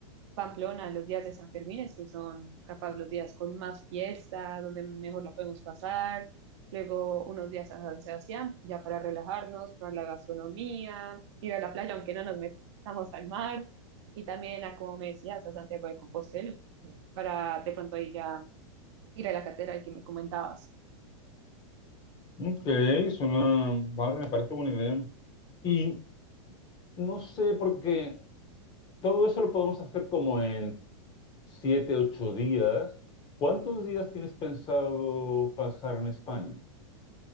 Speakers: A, on the right (about 60°); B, on the left (about 25°).
A: Pamplona los días de San Fermín, es que son capaz los días con más fiesta, donde mejor la podemos pasar, luego unos días a San Sebastián, ya para relajarnos, para la gastronomía, ir a la playa, aunque no nos metamos al mar, y también a, como me decías, a Santiago de Compostela, para de pronto ahí ya ir a la catedral que me comentabas.
B: Ok, suena... Vale, me parece buena idea. Y no sé, porque todo eso lo podemos hacer como en siete, ocho días. ¿Cuántos días tienes pensado pasar en España?